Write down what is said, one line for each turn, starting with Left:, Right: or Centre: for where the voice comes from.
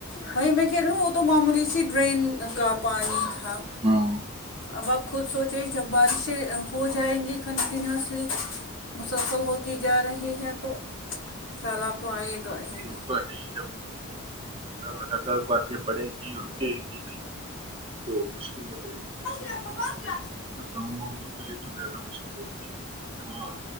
Left: بھائی میں کہہ رہی ہوں وہ تو معمولی سی ڈرین کا پانی تھا
Right: ہاں
Left: اب آپ خود سوچیں جب بارشیں ہو جائیں گی کنٹینوسلی مسلسل ہوتی جا رہی ہے تو شاء الپ تو آئے گا ہی
Right: یہ وہ تو ہے ہی جب لگاتار بارشیں پڑے گی اور رکے گی نہیں تو مشکل ہو جائے اس کو
Left: پندرہ
Right: گاؤں والوں کے لیے تو زیادہ مشکل ہوتی ہے جو وہاں